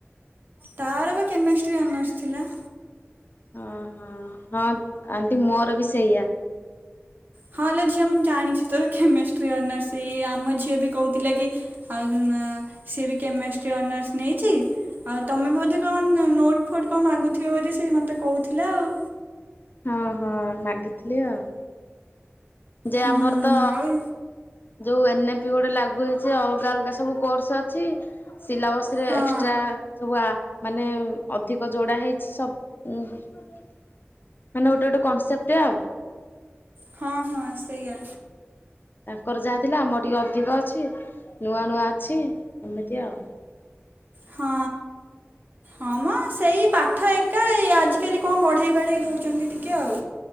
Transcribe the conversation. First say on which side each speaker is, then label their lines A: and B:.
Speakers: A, on the right; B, on the left.
A: ତାର ବା କେମେଷ୍ଟ୍ରିରେ ଅନର୍ସ ଥିଲା।
B: ଅ ହହଁ ଆଣ୍ଟି ମୋର ବି ସେଇଆ।
A: ହଁ ଲୋ ଝିଅ ମୁଁ ଜାଣିଛି ତୋର କେମିଷ୍ଟ୍ରି ଅନର୍ସ ଇ ଆମ ଝିଅ ବି କହୁଥିଲା କି ଆଉ ସିଏ ବି କେମେଷ୍ଟ୍ରି ଅନର୍ସ ନେଇଛି। ଆଉ ତମେ ବୋଧେ କଣ ନୋଟ୍ ଫୋଟ୍ କଣ ମାଗୁଥିବ ବୋଲି ସେ ମୋତେ କହୁଥିଲା ଆଉ?
B: ହଁ-ହଁ ମାଗିଥିଲି ଆଉ। ଯେ
A: ହୁଁ
B: ଆମର ତ
A: ଆଉ
B: ଯୋଉ ଏନେ ପି ଗୋଡେ ଲାଗୁ ହେଇଚି ଅଲ୍ଗା-ଅଲ୍ଗା ସବୁ। କୋର୍ସ୍ ଅଛି ସିଲାବସ୍ ରେ
A: ହଁ
B: ଏକ୍ସଟ୍ରା। ସବୁ ଆ ମାନେ ଅଧିକ ଯୋଡା ହେଇଛି ସବ। ମାନେ ଗୋଟ-ଗୋଟେ କଂସେପ୍ଟ୍ ଆଉ।
A: ହଁ-ହଁ ସେଇଆ।
B: ତାଙ୍କର ଯାହା ଥିଲା ଆମର ଟିକେ ଅଧିକ ଅଛି ନୂଆ-ନୂଆ ଅଛି ଏମିତି ଆଉ।
A: ହଁ। ହଁ ମ ସେଇ ପାଠ ଏକା ଏଆଜିକାଲି କଁ ବଢ଼େଇ ବାଢ଼େଇ ଦେଉଚନ୍ତି ଟିକେ ଆଉ।